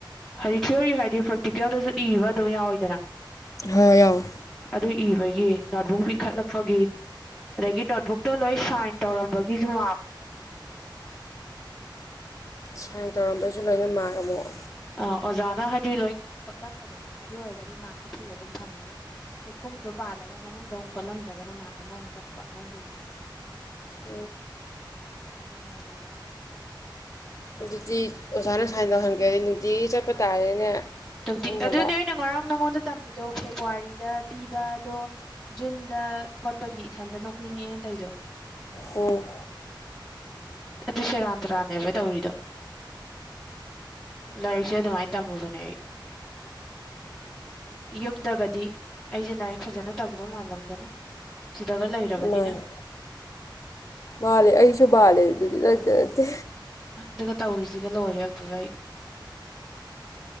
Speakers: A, in the centre; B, on the left.
A: ꯍꯥꯏꯗꯤ ꯊꯤꯌꯣꯔꯤ ꯍꯥꯏꯗꯤ ꯄ꯭ꯔꯦꯛꯇꯤꯀꯦꯜꯗꯁꯨ ꯏꯕ ꯑꯗꯨꯝ ꯌꯥꯎꯋꯤꯗꯅ
B: ꯍꯣꯏ ꯌꯥꯎ
A: ꯑꯗꯨ ꯏꯕꯒꯤ ꯅꯣꯠꯕꯨꯛ ꯄꯤꯈꯠꯂꯛꯄꯒꯤ ꯑꯗꯒꯤ ꯅꯣꯠꯕꯨꯛꯇꯣ ꯂꯣꯏ ꯁꯥꯏꯟ ꯇꯧꯔꯝꯕꯒꯤꯁꯨ ꯃꯥꯛ
B: ꯁꯥꯏꯟ ꯇꯧꯔꯝꯕꯩꯁꯨ ꯂꯣꯏꯅ ꯃꯥꯛ ꯑꯃꯨꯛ
A: ꯑ ꯑꯣꯖꯥꯅ ꯍꯥꯏꯗꯤ ꯂꯣꯏ ꯈꯣꯠꯂꯝꯕꯗꯣ ꯑꯗꯨ ꯑꯣꯏꯔꯒꯗꯤ ꯃꯥꯔꯛꯇꯣ ꯐꯨꯜ ꯑꯗꯨꯝ ꯐꯪꯉꯅꯤ ꯆꯦꯛꯈꯨꯝꯗꯣ ꯄꯥꯜꯂꯒ ꯃꯅꯨꯡꯗ ꯑꯃꯨꯛ ꯈꯣꯠꯂꯝꯗ꯭ꯔꯒꯅ ꯃꯥꯥꯛ ꯑꯃꯃꯨꯛ ꯀꯛꯄ ꯃꯣꯏꯅ ꯇꯧꯢꯁꯦ
B: <inaudible>
A: ꯅꯨꯡꯉꯥꯏꯈ꯭ꯔꯕ
B: ꯑꯗꯨꯗꯤ ꯑꯣꯖꯥꯅ ꯁꯥꯏꯟ ꯇꯧꯍꯟꯒꯦꯗꯤ ꯅꯨꯡꯇꯤꯒꯤ ꯆꯠꯄ ꯇꯥꯔꯦꯅꯦ
A: ꯇꯗꯤ
B: ꯈꯪꯅꯕ
A: ꯑꯗꯨꯅꯦ ꯑꯩꯅ ꯉꯔꯥꯡ ꯅꯪꯉꯣꯟꯗ ꯇꯝꯃꯤꯗꯣ ꯐꯦꯕꯋꯥꯔꯤꯗ ꯄꯤꯕ ꯑꯗꯣ ꯖꯨꯟꯗ ꯈꯣꯠꯄꯒꯤ ꯏꯊꯟꯗ ꯅꯣꯛꯅꯤꯡꯉꯦ ꯇꯩꯗꯣ
B: ꯎꯝ
A: ꯑꯗꯨ ꯁꯦꯔꯥꯟ ꯇꯨꯔꯥꯟꯅꯦꯕ ꯇꯧꯔꯤꯗꯣ ꯂꯥꯏꯔꯤꯛꯁꯦ ꯑꯗꯨꯃꯥꯏ ꯇꯝꯃꯕꯅꯦ ꯌꯨꯝꯗꯒꯗꯤ ꯑꯩꯁꯦ ꯂꯥꯏꯔꯤꯛ ꯐꯖꯅ ꯇꯝꯕ ꯃꯥꯜꯂꯝꯒꯅꯤ ꯁꯤꯗꯒ ꯂꯩꯔꯕꯅꯤꯅ
B: ꯃꯥꯅꯦ ꯃꯥꯜꯂꯦ ꯑꯩꯁꯨ ꯃꯥꯜꯂꯦ ꯅꯪꯗ ꯅꯠꯇꯦ
A: ꯑꯗꯨꯒ ꯇꯧꯔꯤꯁꯤꯒ ꯂꯣꯏꯔꯦ ꯑꯝꯇꯚ ꯑꯩ